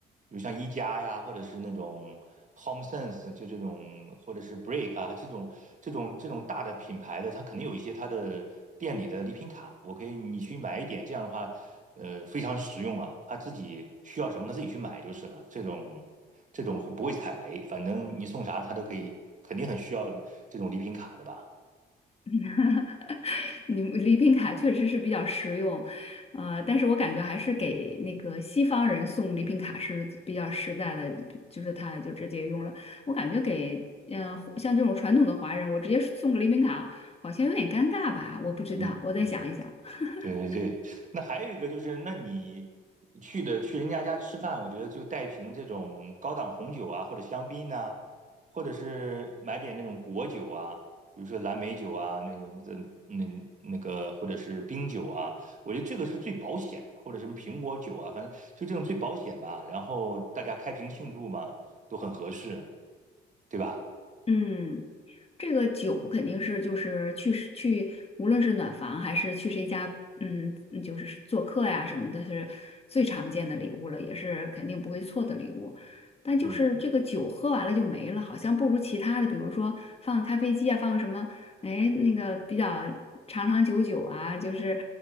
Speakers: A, on the right; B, on the left.
A: 比如像一加呀，或者是那种 HomeSense，就这种或者是 Break 啊这种这种这种大的品牌的，它肯定有一些它的店里的礼品卡，我可以你去买一点，这样的话，呃，非常实用啊，他自己需要什么他自己去买就是了，这种这种不会踩雷，反正你送啥他都可以，肯定很需要这种礼品卡的吧，
B: <laughs> 哈哈，你礼品卡确实是比较实用，呃，但是我感觉还是给那个西方人送礼品卡是比较实在的，就是他就直接用了。我感觉给嗯，像这种传统的华人，我直接送个礼品卡好像有点尴尬吧，我不知道，
A: 嗯嗯。
B: 我再想一想。<laughs>
A: 对对对，那还有一个就是，那你去的去人家家吃饭，我觉得就带瓶这种高档红酒啊，或者香槟呐、或者是买点那种果酒啊，比如说蓝莓酒啊，那种那个那那个，或者是冰酒啊，我觉得这个是最保险，或者什么苹果酒啊，反正就这种最保险吧。然后大家开瓶庆祝嘛，都很合适，对吧？
B: 嗯。这个酒肯定是就是去谁去，无论是暖房还是去谁家，嗯，嗯就是做客呀什么的，是最常见的礼物了，也是肯定不会错的礼物。但就是这个酒喝完了就没了，
A: 嗯
B: 好像不如其他的，比如说放个咖啡机啊，放个什么，哎，那个比较长长久久啊，就是，